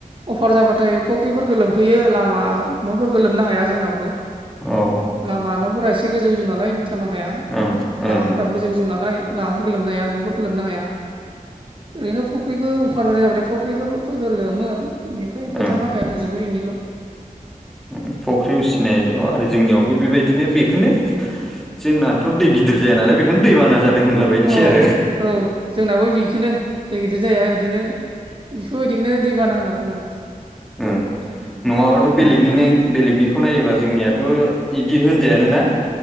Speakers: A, on the right; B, in the centre.
A: अफार जाबाथाय फुख्रि फोरफोरखो लोमफैयो। लामा न'फोरखौ लोमनो हाया जोंनावबो।
B: औ
A: लामा न'फोरा एसे गोजौ गोजौ नालाय बिथा माखाया
B: ओं
A: लामा
B: ओं
A: गोजौ गोजौ नालाय लामाफोर लोमनो हाया। न'फोर लोमनो हाया। ओरैनो फुख्रिखौ अफारद्राय जाबथाय फुख्रिखोबो फोरखो लोमो इनिफ्राय फोथार
B: ओं
A: माखाया बुंजोबो एनिल'
B: उम फुख्रि उसिनायल' आरो जोंनियावबो बेबायदिनो बेखोनो जोंनाथ' दै गिदिर जाया नालाय बेखोनो दैबाना जादों होनलाबायनोसै
A: अ'
B: आरो
A: औ जोंनाबो बिखोनो दै गिदिर जाया इदिनो बेफोर बायदिखोनो दैबाना होनना बुंङो।
B: ओं नङाबाथ'
A: बेनिफ्राय
B: बेलेगनिनो बेलेगनिखौ नायोबा जोंनियाथ' इदि होनजायानो ना।